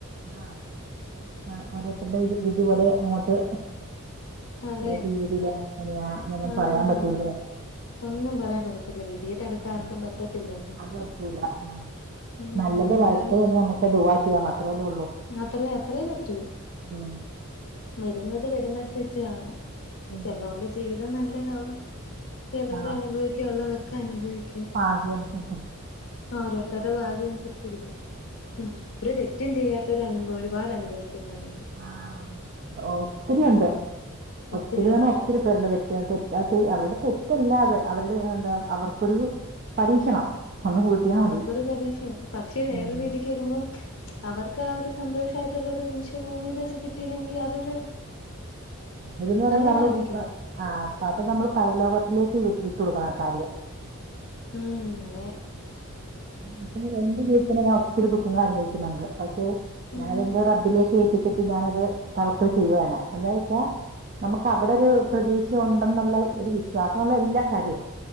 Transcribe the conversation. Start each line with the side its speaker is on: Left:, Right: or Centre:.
Right: ആഹ് ആഹ് ഓരോര്ത്തരുടെ വിധി വിധി പോലെ അങ്ങോട്ട്
Left: അതെ
Right: ഏത് രീതിലാ എങ്ങനെയാ എന്നൊന്നും
Left: ആന്ന്
Right: പറയാൻ
Left: ആന്ന്
Right: പറ്റൂല്ലെ
Left: ഒന്നും പറയാൻ പറ്റത്തില്ല വിധിയെ തടുക്കാൻ
Right: ഉം.
Left: ആർക്കും പറ്റത്തില്ലല്ലാ
Right: അത് പറ്റൂല ആ.
Left: ഉം
Right: നല്ലത്
Left: എന്ത
Right: വരട്ടെ എന്ന് നമുക്ക് ദുവാ ചെയ്യാം അത്രയല്ലേ ഉള്ളൂ
Left: അത്ര അത്രയേ പറ്റൂ
Right: ഉം
Left: വരുന്നത് വരുന്നട്ത്ത് വെച്ച് കാണാം ന്നെ
Right: ഉം.
Left: ചെലോര്ടെ ജീവിതം നല്ലതാവും ചെലോര്
Right: ആ,
Left: അനുഭവിക്കാനുള്ളതൊക്കെ അനുഭവിക്കും
Right: അത്യന്നെ
Left: ഓരോരുത്തരുടെ ഭാഗ്യം അനുസരിച്ചിരിക്കും ഉം ഒരു തെറ്റും ചെയ്യാത്തവര് അനുഭ ഒരുപാട് അനുഭവിക്കുന്നവരുണ്ട്
Right: ആഹ് ഉം ഒ ഒത്തിരി ഉണ്ട്
Left: ഒത്തിരിയുണ്ട്
Right: ഒത്തിരിന്നറഞ്ഞ ഒത്തിരി തവരുടെ തെറ്റ് തെ അ ത് അവരുടെ തെറ്റല്ലാതെ അവരുടെ എന്താ അവർക്കൊരു പരീക്ഷണം ഒന്ന് കൂട്ടിയാൽ
Left: അവർക്കൊരു
Right: മതി
Left: പരീക്ഷണം പക്ഷെ വേറൊരു
Right: ഉം.
Left: രീതിക്ക് നോക്കുമ്പം അവർക്ക് ആ ഒരു സന്തോഷമായിട്ടുള്ള ഒരു നിമിഷം ഭൂമിയിൽ വെച്ച് കിട്ടിയില്ലെങ്കി അതൊരു
Right: അത് പിന്നെ പറയുമ്പോ
Left: അങ്ങനെ
Right: നമ്മള്
Left: ആലോചിക്കുമ്പോ
Right: ഇ ആഹ് അപ്പ അപ്പൊ നമ്മള് പരലോകത്തിലേക്ക് വി വിട്ട് കൊടുക്കണം ആകാര്യം
Left: ഉം അതെ
Right: ഇപ്പൊ എന്റെ ജീവിതത്തില് ഞാൻ ഒത്തിരി ദുഖങ്ങൾ അനുഭവിക്കുന്നുണ്ട് പക്ഷെ
Left: ഉം
Right: ഞാനതെന്റെ റബ്ബിലേക്ക് എത്തിച്ചിട്ട് ഞാനത് തവക്കൽ ചെയ്യാണ് എന്താന്നെച്ചാ നമ്മക്ക അവിടെ ഒരു പ്രതീക്ഷ ഉണ്ടെന്നുള്ള ഒരു വിശ്വാസം ങ്ങളെ എല്ലാ കാര്യവും